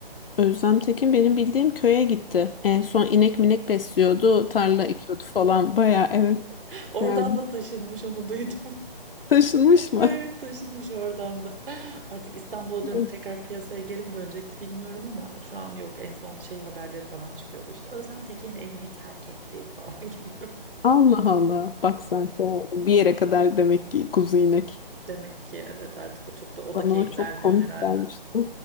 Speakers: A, on the left; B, on the right.
A: Özlem Tekin benim bildiğim köye gitti. En son inek minek besliyordu, tarla ekiyordu falan. Baya evet
B: <laughs> Oradan
A: yani
B: da taşınmış onu duydum.
A: taşınmış mı?
B: Evet, taşınmış oradan da. Artık İstanbul'a
A: <laughs>
B: dönüp tekrar piyasaya geri mi dönecekti bilmiyorum ama şu an yok. En son şey haberleri falan çıkıyordu işte. Özlem Tekin evini terk etti falan <laughs> gibi.
A: Allah Allah. Bak sen de bir yere kadar demek ki kuzu inek.
B: Demek ki evet artık o çok da o
A: Bana
B: da keyif
A: o çok
B: vermiyor
A: komik
B: herhalde.
A: gelmişti.